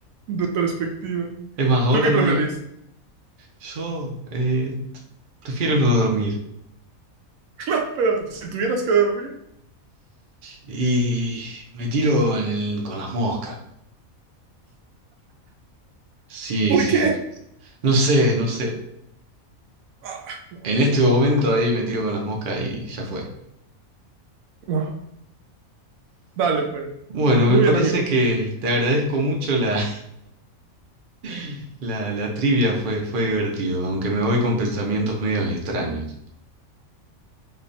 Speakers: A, on the right; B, on the right.
A: De perspectiva.
B: Es más, ahora
A: ¿Tú qué
B: no.
A: preferís? <laughs>
B: Yo eh, t- prefiero no dormir.
A: No, pero si tuvieras que dormir.
B: Y me tiro en el- con las moscas. Sí,
A: ¿Por
B: sí.
A: qué?
B: No sé, no sé.
A: Ah, no,
B: En este
A: yo creo
B: momento
A: que...
B: ahí me tiro con las moscas y ya fue.
A: No. Dale, pues.
B: Bueno, me
A: Muy
B: parece
A: bien, amigo.
B: que te agradezco mucho la, <laughs> la, la trivia, fue, fue divertido, aunque me voy con pensamientos medios extraños.